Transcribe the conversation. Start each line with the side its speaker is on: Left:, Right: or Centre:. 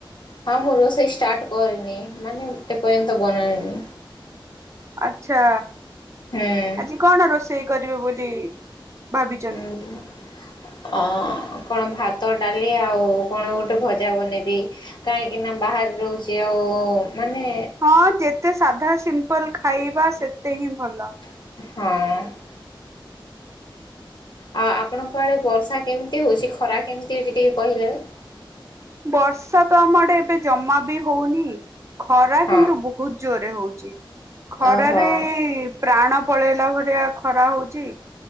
Left: ହଁ ମୁଁ ରୋଷେଇ ଷ୍ଟାର୍ଟ କରିନି ମାନେ ଏପର୍ଯ୍ୟନ୍ତ ବନେଇନି।
Right: ଆଚ୍ଛା
Left: ହୁଁ।
Right: ଆଜି କଣ ରୋଷେଇ କରିବେ ବୋଲି ଭାବିଛନ୍ତି।
Left: ହୁଁ। ଅ କଣ ଭାତ ଡାଳି ଆଉ କଣ ଗୋଟେ ଭଜା ବନେଇବି। କାହିଁକିନା ବାହାରେ ରହୁଛି ଆଉ ମାନେ
Right: ହଁ ଯେତେ ସାଧା ସିମ୍ପଲ ଖାଇବା ସେତେ ହିଁ ଭଲ।
Left: ହଁ। ଆଉ ଆପଣଙ୍କ ଆଡ଼େ ବର୍ଷା କେମିତି ହଉଛି ଖରା କେମିତି ହଉଛି ଟିକେ କହିଲେ।
Right: ବର୍ଷା ତ ଆମ ଆଡ଼େ ଏବେ ଜମା ବି ହଉନି। ଖରା
Left: ହଁ
Right: କିନ୍ତୁ ବହୁତ ଜୋରେ ହଉଛି ଖରାରେ
Left: ଓହୋ
Right: ପ୍ରାଣ ପଳେଇଲା ଭଳିଆ ଖରା ହଉଛି।